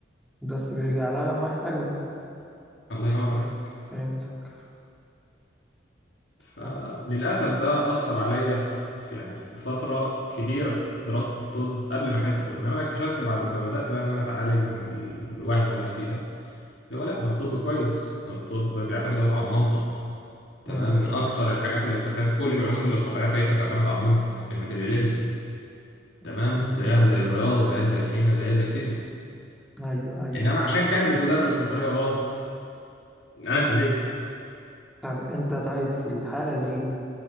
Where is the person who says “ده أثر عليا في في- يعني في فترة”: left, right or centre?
Left